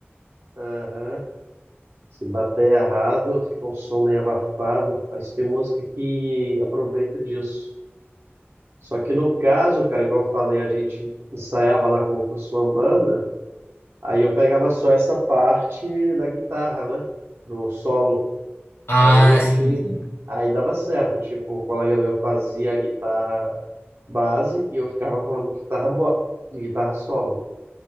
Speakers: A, on the right; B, on the left.
A: Aham. Se bater errado, fica um som meio abafado. Mas tem música que aproveita disso. Só que no caso, cara, igual eu falei, a gente ensaiava lá como se fosse uma banda. Aí eu pegava só essa parte da guitarra, né? Do solo.
B: Ah,
A: Aí a gente.
B: sim. sim.
A: Aí dava certo. Tipo, o colega meu fazia a guitarra base e eu ficava com a guitarra, bo... guitarra solo.